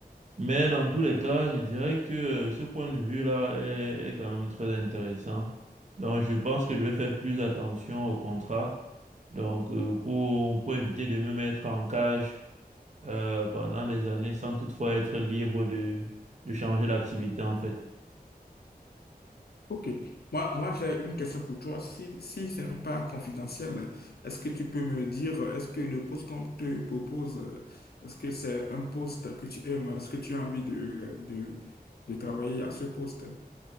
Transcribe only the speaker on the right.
Mais dans tous les cas, je dirais que euh, ce point de vue-là est, est quand même très intéressant. Donc, je pense que je vais faire plus attention au contrat. Donc, euh, pour, pour éviter de me mettre en cage euh, pendant des années sans toutefois être libre de, de changer d'activité, en fait.